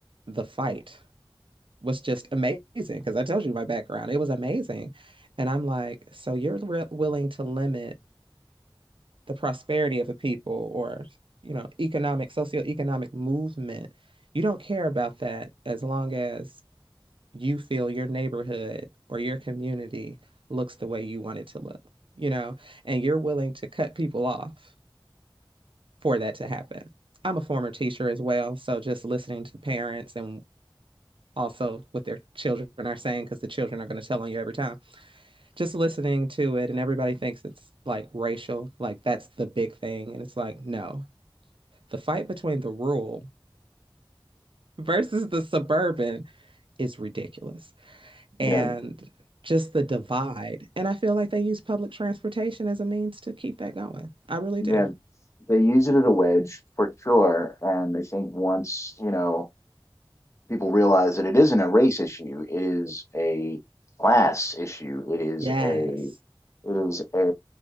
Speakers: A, on the right (about 70°); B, on the left (about 30°).
A: the fight was just amazing because I told you my background. It was amazing. And I'm like, so you're re willing to limit the prosperity of a people or you know economic socioeconomic movement you don't care about that as long as you feel your neighborhood or your community looks the way you want it to look you know and you're willing to cut people off for that to happen i'm a former teacher as well so just listening to parents and also what their children are saying because the children are going to tell on you every time just listening to it and everybody thinks it's like racial like that's the big thing and it's like no the fight between the rural versus the suburban is ridiculous. And
B: yeah,
A: just the divide. And I feel like they use public transportation as a means to keep that going. I really
B: yeah.
A: do.
B: They use it as a wedge for sure, and I think once you know people realize that it isn't a race issue, it is a class issue. It is
A: Yes.
B: a it is a